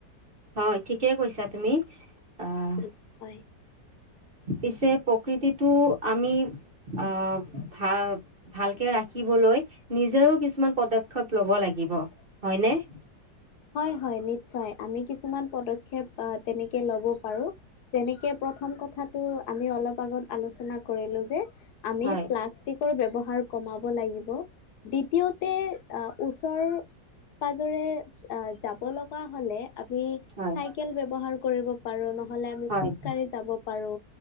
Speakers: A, on the right (about 35°); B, on the left (about 70°).
A: হয় ঠিকে কৈছা তুমি। আহ
B: উম, হয়।
A: পিছে প্ৰকৃতিটো আমি আহ ভাল ভালকে ৰাখিবলৈ নিজেও কিছুমান পদক্ষেপ লব লাগ দিব হয়নে?
B: হয়, হয় নিশ্চয়, আমি কিছুমান পদক্ষেপ তেনেকে ল'ব পাৰো। যেনেকে প্ৰথম কথাতটো আমি অলপ আগত আলোচনা কৰিলো যে। আমি
A: হয়
B: প্লাষ্টিক টোৰ ব্যৱহাৰ কমাব লাগিব, দ্বিতীয়তে আ ওচৰ পাজৰে আ যাব লগা হ'লে আমি
A: হয়
B: চাইকেল ব্যৱহাৰ কৰিব পাৰো নহলে আমি
A: হয়
B: খোজকাঢ়ি যাব পাৰো